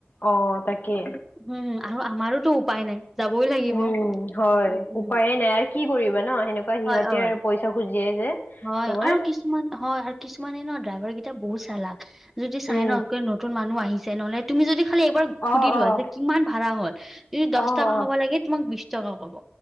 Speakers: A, on the left; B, in the centre.
A: অ, তাকে।
B: উম, আৰু আমাৰোতো উপায় নাই। যাবই লাগিব
A: উম, হয়
B: উম উম
A: উপায়ে নাই আৰু কি কৰিবা ন সেনেকুৱা সিহঁতে
B: হয় হয়
A: আৰু পইচা খুজিয়ে যে।
B: হয়
A: তোমাৰ
B: আৰু কিছুমান হয় আৰু কিছুমানে ন ড্ৰাইভাৰ কেইটা বহু চালাক। যদি চাই
A: উম,
B: ন কি নতুন মানুহ আহিছে নহলে তুমি যদি খালি এবাৰ
A: অ',
B: সুধি লোৱা
A: অ',
B: যে কিমান ভাড়া হ'ল। যদি দহ
A: অ', অ'।
B: টকা হব লাগে তোমাক বিশ টকা ব